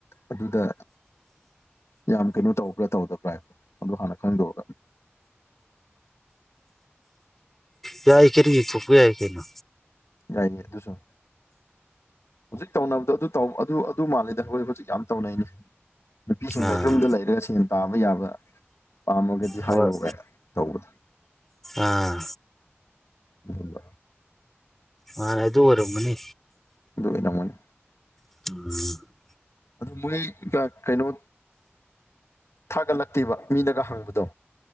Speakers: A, on the left; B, in the centre.
A: ꯑꯗꯨꯗ ꯌꯥꯝ ꯀꯩꯅꯣ ꯇꯧꯕ꯭ꯔꯥ ꯇꯧꯗꯕ꯭ꯔꯥ ꯍꯥꯏꯕ ꯑꯗꯨꯗꯣ ꯍꯥꯟꯅ ꯈꯪꯗꯣꯛꯑꯒ
B: ꯀ ꯌꯥꯏ ꯀꯦꯔꯤ ꯆꯄꯤꯏ ꯌꯥꯏ ꯀꯦꯅ
A: ꯌꯥꯏꯌꯦ ꯑꯗꯨꯁꯨ ꯍꯧꯖꯤꯛ ꯇꯧꯅꯕꯗꯣ ꯑꯗꯨ ꯇ ꯑꯗꯨ ꯑꯗꯨ ꯃꯥꯜꯜꯂꯤꯦꯗ ꯑꯩꯈꯣꯏ ꯍꯧꯖꯤꯛ ꯌꯥꯝ ꯇꯧꯅꯩꯅꯤ ꯅꯨꯄꯤꯁꯤꯡꯅ
B: ꯑꯥ
A: ꯌꯨꯝꯗ ꯂꯩꯔꯒ ꯁꯦꯟ ꯇꯥꯕ ꯌꯥꯕ ꯄꯥꯝꯃꯒꯗꯤ
B: ꯍꯣꯏ
A: ꯍꯥꯏꯔꯨꯔꯦ ꯇꯧꯕꯗꯣ
B: ꯑꯥ
A: ꯎꯝ
B: ꯃꯥꯅꯦ ꯑꯗꯨ ꯑꯣꯏꯔꯝꯒꯅꯤ
A: <unintelligible>
B: <inaudible>
A: ꯑꯗꯨ ꯃꯣꯏ ꯀꯩꯅꯣ ꯊꯥꯒꯠꯂꯛꯇꯦꯕ ꯃꯤꯅꯒ ꯍꯪꯕꯗꯣ